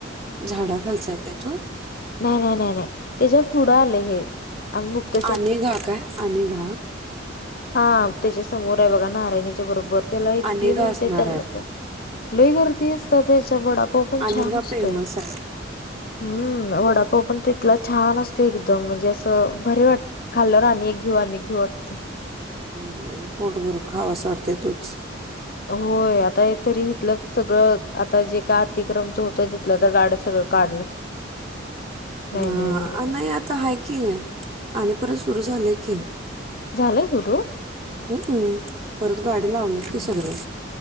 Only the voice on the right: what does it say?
झांडा कां लचांय कायं तूं
अनेघा कायं अनेघा
अनेघा
असणार
आहे.
अनेघा
फेमस आहे.
हम्मं पोट भरूंन खावांसा वाटतं तूंचं
हा
नाही
आता ह की आणि परत सुरू झालंय की.
हम् हम परत गाडी लावलत
की सगळे.